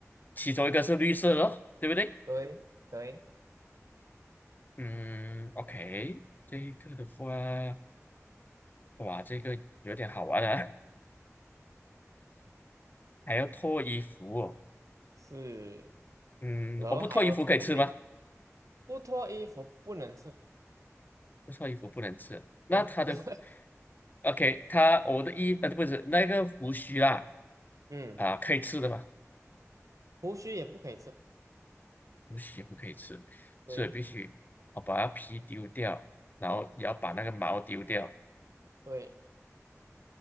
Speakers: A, on the left; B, on the right.
A: 其中一个是绿色的咯，对不对？
B: 对对，
A: 嗯，OK，这个的话，哇，这个有点好玩啊，<laughs> 还要脱衣服哦。
B: 是，
A: 嗯，
B: 然后还有头顶
A: 我不脱衣服可以吃吗？
B: 不脱衣服不能吃，
A: 这臭衣服不能吃。那他的
B: 对，不是，
A: OK，他我的衣呃不是那个胡须啦
B: <laughs> 嗯，
A: 啊，可以吃的嘛？
B: 胡须也不可以吃，
A: 胡须不可以吃，
B: 对
A: 所以必须我把它皮丢掉，然后也要把那个毛丢掉。
B: 对。